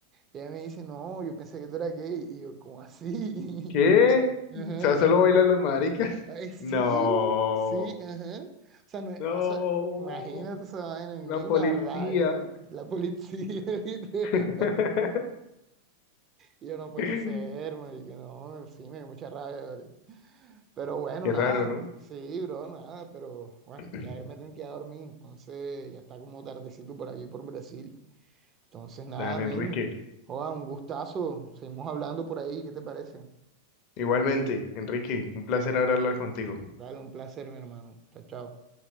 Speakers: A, on the right; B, on the left.
A: Y ella me dice, no, yo pensé que tú eras gay. Y yo, ¿cómo así?
B: ¿Qué?
A: <laughs> Ajá.
B: O sea, solo bailan los maricas. <laughs>
A: Ay, sí,
B: No,
A: sí, ajá. O sea, no es-
B: no,
A: o sea, imagínate esa vaina, me
B: la
A: dio
B: policía.
A: una rabia. La policía, <laughs> literal.
B: <laughs>
A: Y yo, no puede
B: Qué
A: ser, marica, no, sí, me dio mucha rabia, ¿vale? Pero bueno, nada.
B: raro, ¿no?
A: Sí, bro, nada. Pero bueno,
B: <clears throat>
A: ya me tengo que ir a dormir. Entonces ya está como tardecito por aquí, por Brasil. Entonces nada,
B: Dale,
A: men.
B: Enrique.
A: Joda, un gustazo. Seguimos hablando por ahí. ¿Qué te parece?
B: Igualmente, Enrique, un placer hablar contigo.
A: Dale, un placer, mi hermano. Chao, chao.